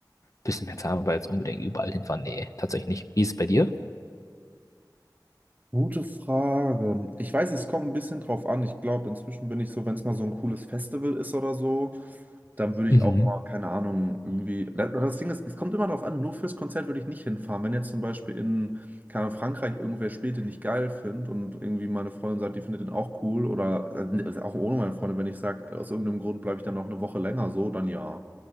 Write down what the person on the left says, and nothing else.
Bisschen mehr Zeit, aber jetzt unbedingt überall hinfahren. Nee, tatsächlich nicht. Wie ist es bei dir?
Mhm.